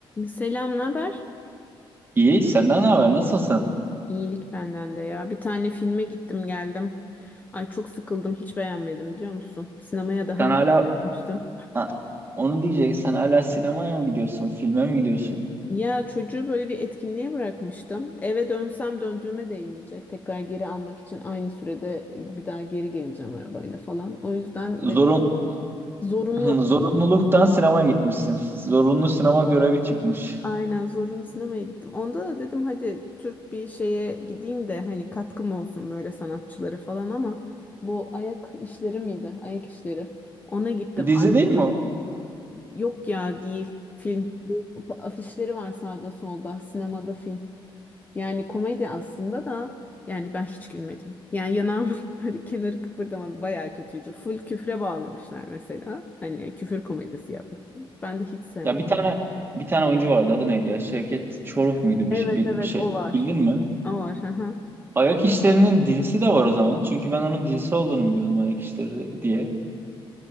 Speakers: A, on the left; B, on the right.
A: Selam, ne haber?
B: İyi, senden ne haber? Nasılsın?
A: İyilik benden de ya. Bir tane filme gittim geldim. Ay çok sıkıldım, hiç beğenmedim biliyor musun? Sinemaya daha
B: Sen
A: önce
B: hala
A: gitmiştim.
B: ha, onu diyeceksen hala sinemaya mı gidiyorsun? Filme mi gidiyorsun?
A: Ya çocuğu böyle bir etkinliğe bırakmıştım. Eve dönsem döndüğüme değmeyecek. Tekrar geri almak için aynı sürede bir daha geri geleceğim arabayla falan. O yüzden
B: Zorun
A: de
B: <laughs>
A: zorunlu.
B: Hı, zorunluluktan sinemaya gitmişsin. Zorunlu sinema görevi çıkmış.
A: Aynen zorunlu sinemaya gittim. Onda da dedim hadi Türk bir şeye gideyim de hani katkım olsun böyle sanatçılara falan ama bu ayak işleri miydi? Ayak işleri. Ona gittim.
B: Dizi
A: Ay,
B: değil mi o?
A: yok ya değil film. Bu afişleri var sağda solda sinemada film. Yani komedi aslında da yani ben hiç gülmedim. Yani yanağımın <laughs> böyle kenarı kıpırdamadı. Bayağı kötüydü. Full küfre bağlamışlar mesela. Hani küfür komedisi yapmışlar. Ben de hiç sevmem.
B: Ya bir tane bir tane oyuncu vardı. Adı neydi ya? Şevket Çoruh muydu
A: Evet
B: bir, şey- bir,
A: evet
B: bir şey.
A: o var.
B: Bildin mi?
A: O var. Hı hı.
B: Ayak İşleri'nin dizisi de var o zaman. Çünkü ben onun dizisi olduğunu biliyordum Ayak İşleri diye.